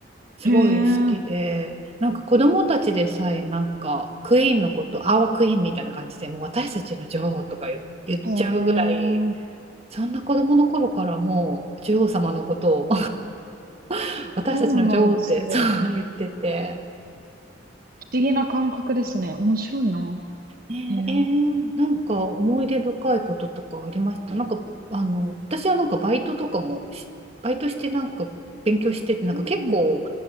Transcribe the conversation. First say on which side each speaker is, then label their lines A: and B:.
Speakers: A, on the right (about 30°); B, on the right (about 50°).
A: すごい好きで、
B: へえ。
A: なんか子供たちでさえなんかクイーンのこと、アワークイーンみたいな感じで、もう私たちの女王とか言、言っちゃうぐらい、
B: へえ。
A: そんな子供の頃からもう女王様のことを <laughs> 私たちの女王ってそう言ってて、
B: そうなんですね。不思議な感覚ですね。面白いな。
A: ねえーなんか思い出深いこととかありましたなんかあの私はなんかバイトとかもしバイトしてなんか勉強しててなんか結構
B: へえ。うん。